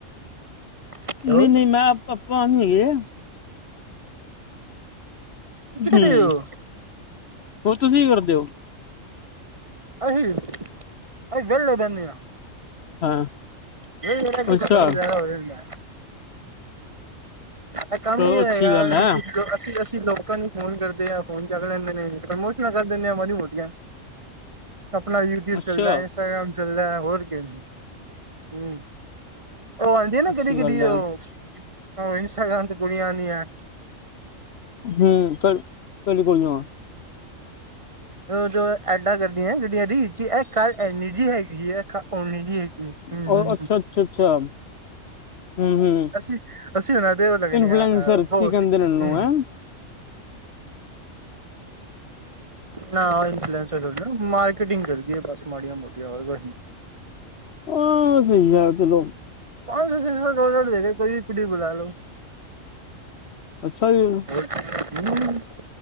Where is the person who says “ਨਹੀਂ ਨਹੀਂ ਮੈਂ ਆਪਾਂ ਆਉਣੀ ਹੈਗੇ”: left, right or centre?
Left